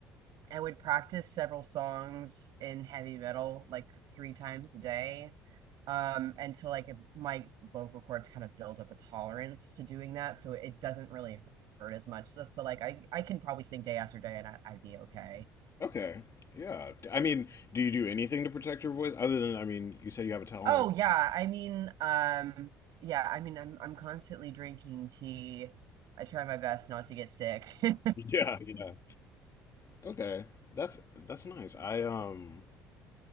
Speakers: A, on the right; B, on the left.
A: I would practice several songs in heavy metal like three times a day um, until like my vocal cords kind of build up a tolerance to doing that. So it doesn't really hurt as much. So, so like I, I can probably sing day after day and I, I'd be okay.
B: Okay. Yeah. D- I mean, do you do anything to protect your voice other than, I mean, you said you have a talent.
A: Oh yeah.
B: <laughs>
A: I mean, um, yeah, I mean, I'm, I'm constantly drinking tea. I try my best not to get sick. <laughs> yeah,
B: Yeah, yeah. Okay. That's that's nice. I um